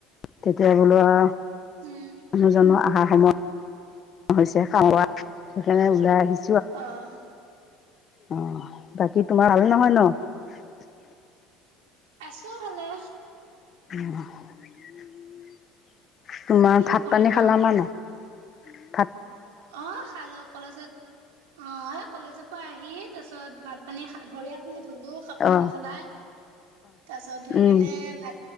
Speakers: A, on the left (about 35°); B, on the right (about 85°).
A: তেতিয়া বোলো আ
B: উম
A: মানুহ জানো আহা কামত হৈছে কাম পা সেইকাৰণে ওলাই আহিছে।
B: অহ
A: অ বাকী তোমাৰ ভাল নহয় ন? <inaudible>
B: আছো ভালে।
A: <inaudible> তোমাৰ
B: কিনো
A: ভাত
B: কৰিম
A: পানী খালা
B: আৰু
A: না নাই? উম
B: অ খালো কলেজত। অ কলেজৰ পৰা আহি তাৰ পিছত ভাত পানী হা ভৰি হাত খিনি ধুলো কাপোৰ
A: অ
B: কানি সলাই তাৰ পিছত ধুই
A: উম
B: কেনে ভাত